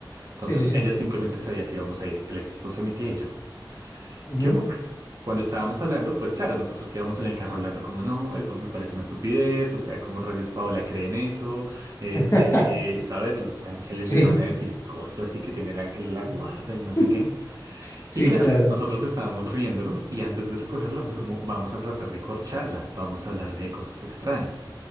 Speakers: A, on the right; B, on the left.
A: Entonces
B: Sí, sí, sí.
A: ella simplemente sabía que íbamos a ir el ex esposo de mi tía y yo.
B: ujú,
A: ¿Qué ocurre? Cuando estábamos hablando, pues claro, nosotros íbamos en el carro hablando como no, eso me parece una estupidez, o sea, como rayos Paola cree en eso, eh,
B: <laughs>
A: de que, ¿sabes? Los ángeles
B: Sí.
A: le van a decir cosas y que tiene el ángel de la
B: <laughs>
A: guarda y no sé qué.
B: Sí,
A: Y claro,
B: claro.
A: nosotros estábamos riéndonos y antes de recogerla
B: ujú.
A: fue como vamos a tratar de corcharla, vamos a hablarle de cosas extrañas.